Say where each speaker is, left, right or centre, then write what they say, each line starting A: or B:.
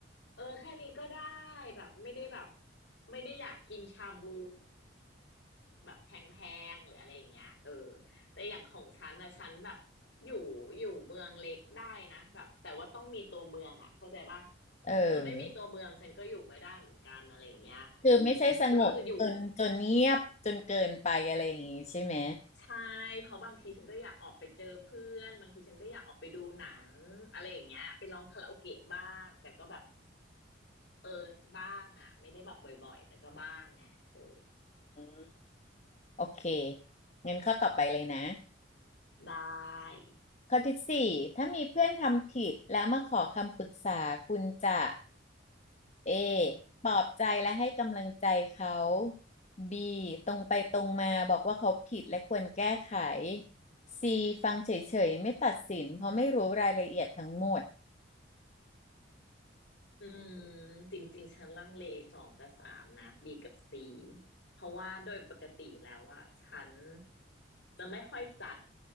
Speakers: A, on the left; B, on the left.
A: เออแค่นี้ก็ได้แบบไม่ได้แบบไม่ได้อยากกินชาบูแบบแพงๆหรืออะไรอย่างเงี้ยเออแต่อย่างของฉันนะฉันแบบอยู่อยู่เมืองเล็กได้นะแบบแต่ว่าต้องมีตัวเมืองอ่ะเข้าใจป่ะ
B: เออ
A: คือไม่มีตัวเมืองฉันก็อยู่ไม่ได้เหมือนกันอะไรอย่างเงี้ยอืมก็คืออยู่
B: คือไม่ใช่สงบจนจนเงียบจนเกินไปอะไรอย่างงี้ใช่ไหม
A: ใช่เพราะบางทีฉันก็อยากออกไปเจอเพื่อนบางทีฉันก็อยากออกไปดูหนังอะไรอย่างเงี้ยไปร้องคาราโอเกะบ้างแต่ก็แบบเออบ้างอ่ะไม่ได้แบบบ่อยๆแต่ก็บ้างไงเออ
B: อืมโอเคงั้นข้อต่อไปเลยนะ
A: ได้
B: ข้อที่สี่ถ้ามีเพื่อนทำผิดแล้วมาขอคำปรึกษาคุณจะ A ปลอบใจและให้กำลังใจเขา B ตรงไปตรงมาบอกว่าเขาผิดและควรแก้ไข C ฟังเฉยๆไม่ตัดสินเพราะไม่รู้รายละเอียดทั้งหมด
A: อืมจริงๆฉันลังเลสองกับสามนะ B กับ C เพราะว่าโดยปกติแล้วอะฉันจะไม่ค่อยจัด